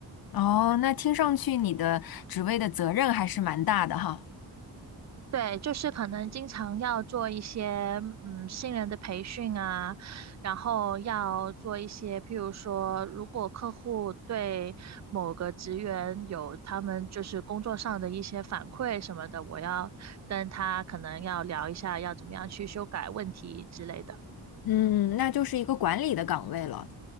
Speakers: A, on the left (about 60°); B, on the right (about 45°).
A: 哦，那听上去你的职位的责任还是蛮大的哈。
B: 对，就是可能经常要做一些嗯新人的培训啊，然后要做一些，譬如说，如果客户对某个职员有他们就是工作上的一些反馈什么的，我要跟他可能要聊一下，要怎么样去修改问题之类的。
A: 嗯，那就是一个管理的岗位了。